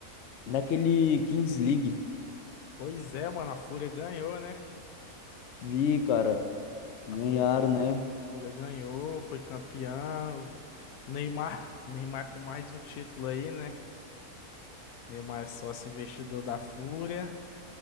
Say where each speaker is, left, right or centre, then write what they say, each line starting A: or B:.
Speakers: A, on the left (about 65°); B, on the left (about 85°).
A: daquele Kings League.
B: Pois é, mano, a Fúria ganhou, né?
A: Vi, cara, ganharam,
B: A Fúria,
A: né?
B: Fúria ganhou, foi campeão. Neymar, <laughs> Neymar com mais um título aí, né? Neymar é sócio investidor da Fúria.